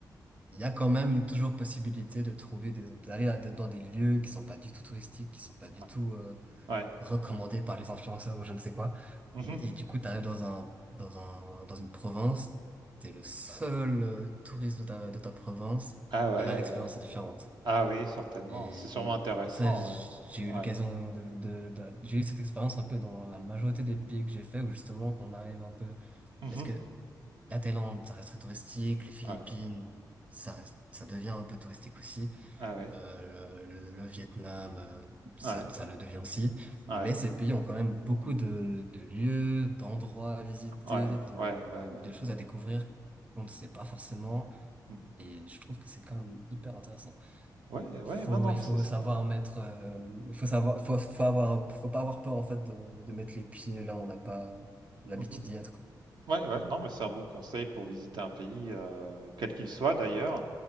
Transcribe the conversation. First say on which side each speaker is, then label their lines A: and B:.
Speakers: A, on the right; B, on the right.
A: il y a quand même toujours possibilité de trouver des, d'aller à- dans des lieux qui sont pas du tout touristiques, qui sont pas du
B: ouais,
A: tout euh,
B: ouais.
A: recommandé
B: ouais.
A: par les influenceurs ou je ne sais quoi.
B: Mhm.
A: Mais- Et du coup, t'arrives dans un, dans un, dans une province, t'es le seul euh, touriste de ta, de ta province,
B: Ah ouais,
A: et là, l'expérience est différente.
B: ah oui, certainement.
A: Et,
B: C'est sûrement
A: et,
B: intéressant.
A: et ça, j-
B: Ouais,
A: j'ai eu l'occasion
B: ouais.
A: de, de, de- j'ai eu cette expérience un peu dans la majorité des pays que j'ai fait, où justement, qu'on arrive un peu,
B: Mhm.
A: parce que la Thaïlande, ça reste très touristique, les Philippines,
B: Ouais,
A: ça reste, ça devient un peu touristique aussi.
B: ah ouais,
A: Euh, le, le Vietnam, euh, ça,
B: ouais,
A: ça le devient aussi. Mais
B: ouais, ouais,
A: ces pays ont quand même beaucoup de, de lieux, d'endroits à visiter,
B: ouais,
A: de,
B: ouais, ouais, ouais, ouais.
A: de choses à découvrir qu'on ne sait pas forcément.
B: Mmh.
A: Et je trouve que c'est quand même hyper intéressant.
B: Ouais, ouais,
A: Faut,
B: non, non,
A: il
B: mais
A: faut
B: c'est c'est
A: savoir
B: bien.
A: mettre, euh, il faut savoir, faut, faut avoir, faut pas avoir peur en fait de, de mettre les pieds là où on n'a pas l'habitude
B: Mhm.
A: d'y être, quoi.
B: Ouais, ouais, non, mais c'est un bon conseil pour visiter un pays, euh, quel qu'il soit d'ailleurs,